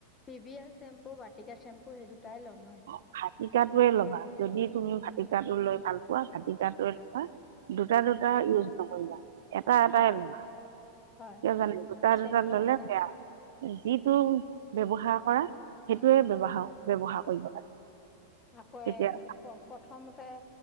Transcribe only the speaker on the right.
অ', ভাটিকাটোৱে ল'বা। যদি তুমি ভাটিকাটো লৈ ভাল পোৱা ভাটিকটো ল'বা, দুটা, দুটা ইউজ নকৰিবা। এটা-এটাই
লমা
কিয় জানে দুটা
দুটা ল'লে
বেয়া। যিটো ব্যৱহাৰ কৰা, সেইটোয়ে ব্যৱহাৰ-ব্যৱহাৰ কৰিব লাগে।
তেতিয়া